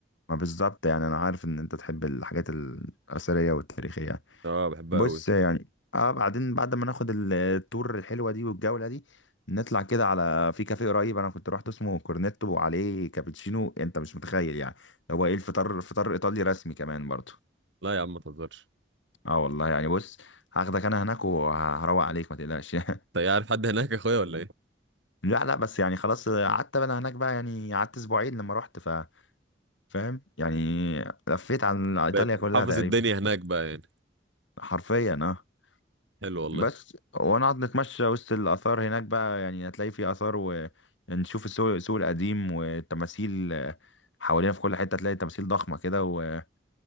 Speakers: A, on the left (about 85°); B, on the right (about 80°).
A: ما بالظبط يعني انا عارف ان انت تحب الحاجات الاثريه والتاريخيه
B: اه بحبها
A: بص
B: قوي
A: يعني اه بعدين بعد ما ناخد ال- التور الحلوه دي والجوله دي نطلع كده على في كافيه قريب انا كنت رحت اسمه كورنيتو وعليه كابتشينو انت مش متخيل يعني هو ايه الفطار فطار ايطالي رسمي كمان برضه
B: لا يا عم ما تهزرش
A: اه والله يعني بص هاخدك انا هناك وهروق عليك ما تقلقش <laughs>
B: انت إيه، عارف حد هناك يا اخويا ولا ايه
A: لا لا بس يعني خلاص قعدت انا هناك بقى يعني قعدت اسبوعين لما رحت ف فاهم يعني لفيت عن ايطاليا
B: بقيت
A: كلها
B: حافظ
A: تقريبا
B: الدنيا هناك بقى يعني
A: حرفيا اه
B: حلو والله
A: بس ونقعد نتمشى وسط الآثار هناك بقى يعني هتلاقي في آثار ونشوف السوق السوق القديم والتماثيل آه، حوالينا في كل حتة هتلاقي تماثيل ضخمة كده و-